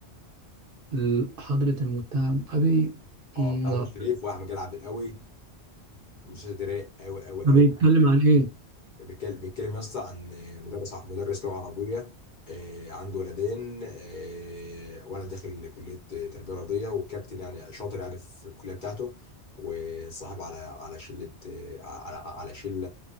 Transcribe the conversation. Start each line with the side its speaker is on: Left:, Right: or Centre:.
Right: ال- حضرة المتهم ابي
Left: اه
Right: مم،
Left: بتاع
Right: لا
Left: نور الشريف واحمد جلال عبد القوي المسلسل ده رايق قوي قوي
Right: ده
Left: قوي
Right: بيتكلم عن ايه؟
Left: بيتكلم بيتكلم يا اسطى عن مدرس مدرس لغه عربيه آه، عنده ولدين آه، ولد داخل كليه تربيه رياضيه وكابتن يعني شاطر يعني في الكليه بتاعته وصاحب على على شله آه، على على شله